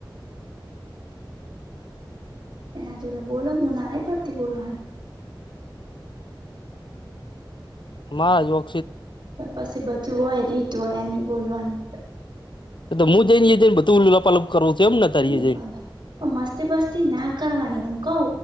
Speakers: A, on the right (about 70°); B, on the left (about 75°).
A: એના જોડે બોલો મુ ના નઈ પડતી બોલવાની
B: માર જો
A: તો પસી બચ્યું હોય રીત હોય એની બોલવાની
B: તો મું જઈન ઈ જને બધું લપાલપ કરવું છે એમ ને તારી
A: લપાલપ
B: જઈને
A: પણ મસ્તી બસ્તી ના કરવાની એમ કવ